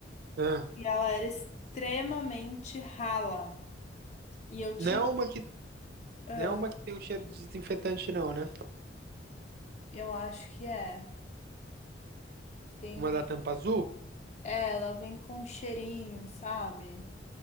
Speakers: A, on the right; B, on the left.
A: Ah,
B: e ela era extremamente rala. E eu tinha.
A: não é uma que,
B: Ah,
A: não é uma que tem um cheiro de desinfetante, não, né?
B: eu acho que é. Tem
A: Uma
B: um...
A: da tampa azul?
B: É, ela vem com um cheirinho, sabe?